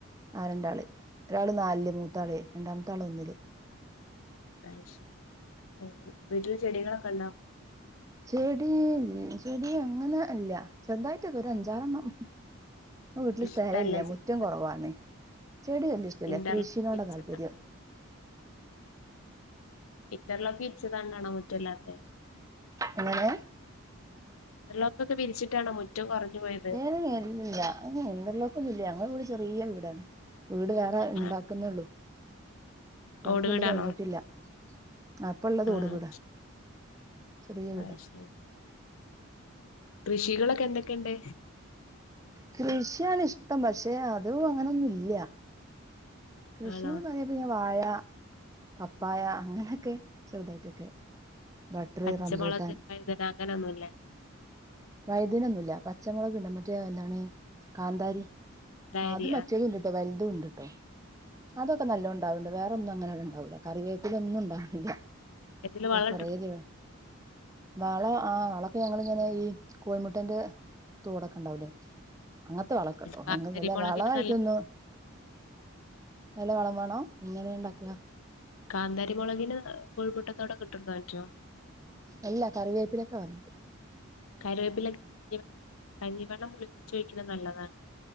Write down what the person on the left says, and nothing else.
അഹ് ശരി വീട്ടില് ചെടികളൊക്കെണ്ടൊ
ഇഷ്ടല്ല
ചെടികൾ
ഇന്റർലോക്ക്
വിരിച്ചതാണ്
ഇറ്റർലോക്ക് ഇര്ച്ച്കാണ്ടണോ മുറ്റല്ലാത്ത
ഇന്റർലോകൊക്കെ വിരിച്ചിട്ടാണോ മുറ്റം കുറഞ്ഞുപോയത്.
ആ,
ഓട് വീടാണോ
ആഹ്
അത് ശരി കൃഷികളൊക്കെ എന്തൊക്കെണ്ട്
ആണോ
പച്ചമുളക്
വൈതന അങ്ങനൊന്നുല്ലേ
ഡയരി
ആ
എന്തെലും വള
കാന്താരി
മുളകിന്
നല്ല
കാന്താരിമുളകിന് കോഴിമുട്ടത്തോടൊക്കെ ഇട്ടൊട്ക്കാൻറ്റോ.
കരിവേപ്പിലക്ക് കഞ്ഞിവെള്ളം പുളിപ്പിച്ചൊയ്ക്ക്ണത് നല്ലതാണ്.